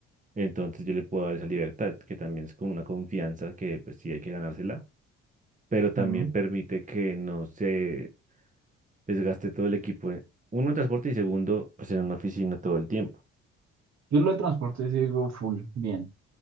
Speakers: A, on the right (about 25°); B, on the right (about 55°).
A: Entonces yo le puedo dar esa libertad, que también es como una confianza que pues sí hay que ganársela, pero también
B: sí. ¿no?
A: permite que no se desgaste todo el equipo. eh. Uno en transporte y segundo, pues en una oficina todo el tiempo.
B: Yo lo de transporte sí digo full, bien.